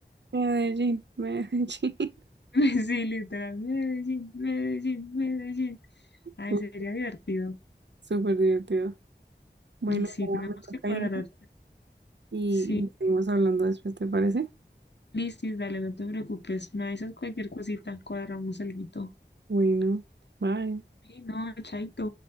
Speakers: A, on the right; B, on the left.
A: Medellín, Medellín, <laughs>
B: <laughs> Sí, literal, Medellín, Medellín, Medellín. Ay,
A: Uy,
B: sería divertido.
A: súper divertido. Bueno,
B: Mm, Sí,
A: ya
B: tenemos
A: me toca
B: que cuadrar.
A: irme y
B: Sí,
A: seguimos hablando después, ¿te parece?
B: listis, dale, no te preocupes. Me avisas cualquier cosita, cuadramos el guito.
A: Bueno, bye.
B: Sí, no, chaito.